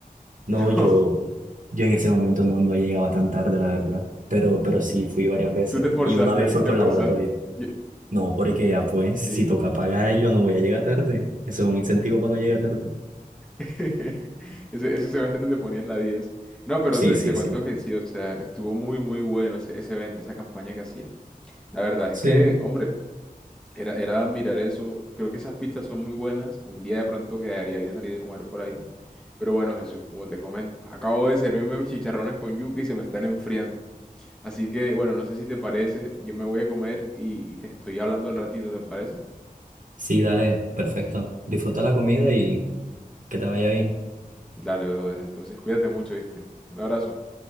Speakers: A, on the right; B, in the centre.
A: No,
B: No,
A: yo, yo en ese momento no, no llegaba tan tarde, la verdad. Pero, pero sí, fui varias veces.
B: tú te forzaste,
A: Y una vez fue
B: te
A: por
B: forzaste.
A: el laboratorio.
B: Yo-
A: No, porque ya pues,
B: sí.
A: si toca pagar, yo no voy a llegar tarde. Eso es un incentivo cuando llega tarde.
B: <laughs> Ese, ese semestre te ponías la 10. No, pero
A: Sí,
B: te,
A: sí,
B: te cuento
A: sí.
B: que sí, o sea, estuvo muy, muy bueno ese, ese evento, esa campaña que hacía. La verdad
A: Sí.
B: es que, hombre, Era, era mirar eso. Creo que esas pistas son muy buenas. Un día de pronto quedaría bien salir a comer por ahí. Pero bueno, Jesús, como te comento, acabo de servirme mis chicharrones con yuca y se me están enfriando. Así que, bueno, no sé si te parece. Yo me voy a comer y, y te estoy hablando al ratito, ¿te parece?
A: Sí, dale, perfecto. Disfruta la comida y que te vaya bien.
B: Dale, brother. Entonces, cuídate mucho, ¿viste? Un abrazo.